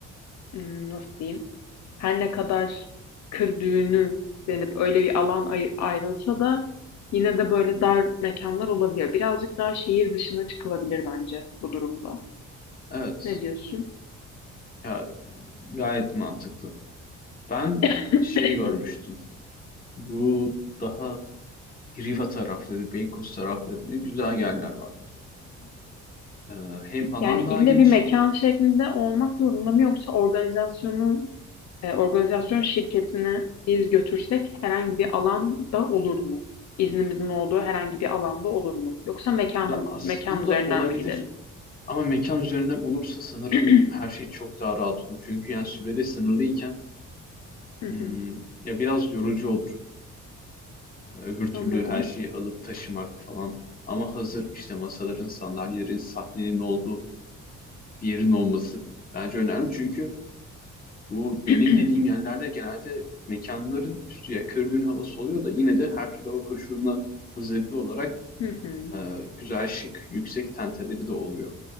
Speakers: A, on the left; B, on the left.
A: hmm, nasıl diyeyim her ne kadar kır düğünü denip öyle bir alan ayır- ayrılsa da yine de böyle dar mekanlar olabiliyor. Birazcık daha şehir dışına çıkılabilir bence bu durumda.
B: Evet.
A: Ne diyorsun?
B: Ya, gayet mantıklı. Ben
A: <clears throat>
B: şey görmüştüm. Bu daha Riva tarafları, Beykoz taraflarında güzel yerler var. Ee, hem alan
A: Yani
B: daha
A: ille
B: geniş
A: bir mekan şeklinde olmak zorunda mı yoksa organizasyonun e, organizasyon şirketini biz götürsek herhangi bir alanda olur mu? İznimizin olduğu herhangi bir alanda olur mu? Yoksa mekanın
B: Ya aslında
A: mekan üzerinden
B: olabilir
A: mi gidelim?
B: ama mekan üzerinden olursa sanırım
A: <clears throat>
B: her şey çok daha rahat olur. Çünkü yani sürede sınırlıyken
A: Hı
B: hmm,
A: hı,
B: ya biraz yorucu olur. Öbür türlü
A: anladım.
B: her şeyi alıp taşımak falan. Ama hazır işte masaların, sandalyelerin, sahnenin olduğu bir yerin olması bence önemli. Çünkü bu
A: <clears throat>
B: benim dediğim yerlerde genelde mekanların üstü ya kördüğün havası oluyor da yine de her türlü hava koşuluna hazırlıklı olarak
A: Hı hı,
B: e, güzel şık yüksek tenteleri de oluyor.